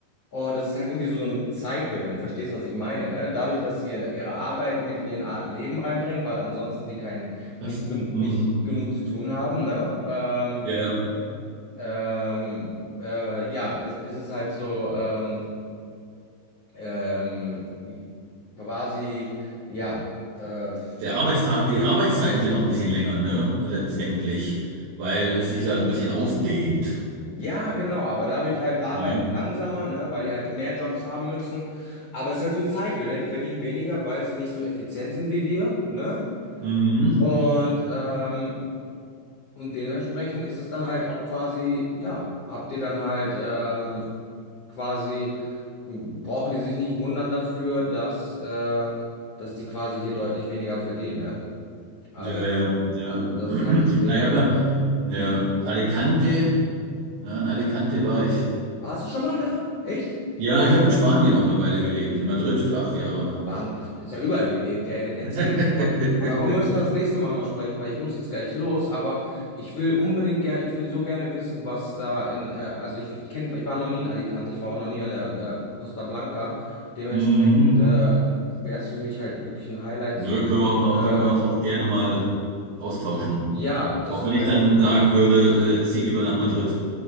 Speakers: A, on the left; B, on the right.
A: Und das ist halt irgendwie so, so ein Cycle, wenn du verstehst, was ich meine, ne? Dadurch, dass sie ihre ihre Arbeit mit in ihr A- Leben reinbringen, weil ansonsten die keinen,
B: Das,
A: nicht, gen-
B: hm.
A: nicht genug zu tun haben, ne? Ähm,
B: Der,
A: ähm, äh, ja, es, es ist halt so, ähm, ähm, quasi, ja, äh,
B: der
A: wie soll
B: Arbeitstag,
A: ich-
B: die Arbeitszeiten sind auch ein bisschen länger, ne? Letztendlich. Weil es sich da ein bisschen ausdehnt.
A: ja, genau, aber dadurch halt arbeiten
B: Ne?
A: die langsamer, ne, weil die halt mehr Jobs haben müssen. Aber es ist halt so ein Cycle, ne, die verdienen weniger, weil sie nicht so effizient sind wie wir, ne?
B: Mhm.
A: Und, ähm, und dementsprechend ist es dann halt auch quasi, ja, habt ihr dann halt, ähm, quasi brauchen die sich nicht wundern dafür, dass, äh, dass die quasi hier deutlich weniger verdienen, ne? Also,
B: Ja, ja, ja.
A: also das
B: <clears throat>
A: ist halt das Ding.
B: Na,
A: ne?
B: ich habe ja,
A: Mhm.
B: ja, Alicante. Ja, in Alicante war ich.
A: Warst du schon mal da? Echt?
B: Ja, ich habe in Spanien auch eine Weile gelebt, in Madrid für acht Jahre.
A: War, ist ja überall gelebt. Ja, dann erzähl
B: <laughs>
A: mal. Darum müssen wir das nächste Mal mal sprechen, weil ich muss jetzt gleich los, aber ich will unbedingt gerne, ich will so gerne wissen, was da in, äh, also ich, ich kenne, ich war noch nie in Alicante, ich war auch noch nie in der äh, Costa Blanca. Dementsprechend
B: Mhm.
A: äh, wäre es für mich halt wirklich ein Highlight
B: Nö,
A: zu wissen,
B: können wir uns auch,
A: äh,
B: können wir uns auch gerne mal austauschen.
A: ja, dass
B: Auch
A: du
B: wenn
A: mir
B: ich
A: einfach
B: dann
A: mal
B: sagen würde, äh, zieh lieber nach Madrid.